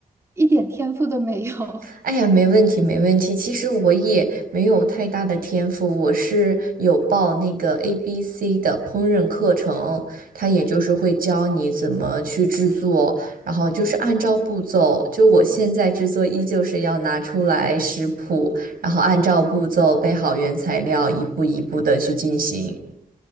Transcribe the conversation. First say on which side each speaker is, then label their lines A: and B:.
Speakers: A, on the right (about 20°); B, on the right (about 75°).
A: 一点天赋都没有。
B: 哎呀，没问题，没问题。其实我也没有太大的天赋，我是有报那个 ABC 的烹饪课程，它也就是会教你怎么去制作，然后就是按照步骤，就我现在制作依旧是要拿出来食谱，然后按照步骤备好原材料，一步一步的去进行。